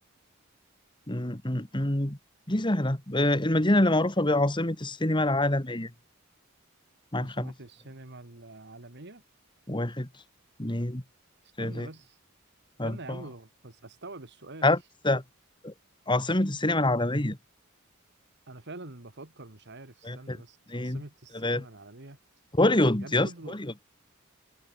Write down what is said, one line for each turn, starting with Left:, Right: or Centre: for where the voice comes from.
Left: م- م- م. دي سهلة آه، المدينة اللي معروفة بعاصمة السينما العالمية معاك
Right: عاصمة
Left: خمس
Right: السينما
Left: ثواني.
Right: العالمية
Left: واحد اتنين
Right: استنى
Left: تلاتة
Right: بس استنى
Left: أربعة
Right: يا عم بس استوعب السؤال
Left: خمسة عاصمة السينما العالمية
Right: انا فعلا بفكر مش عارف استنى
Left: واحد
Right: بس
Left: اتنين
Right: عاصمة السينما
Left: تلاتة
Right: العالمية
Left: هوليوود
Right: يا ابني
Left: يا اسطى
Right: اصبر
Left: هوليوود